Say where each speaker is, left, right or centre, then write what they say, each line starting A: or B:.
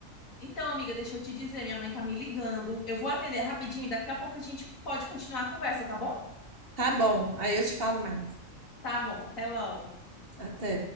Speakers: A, on the left; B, on the right.
A: Então, amiga, deixa eu te dizer, minha mãe tá me ligando. Eu vou atender rapidinho e daqui a pouco a gente pode continuar a conversa, tá bom?
B: Tá bom, aí eu te falo mais.
A: Tá bom, até logo.
B: Até.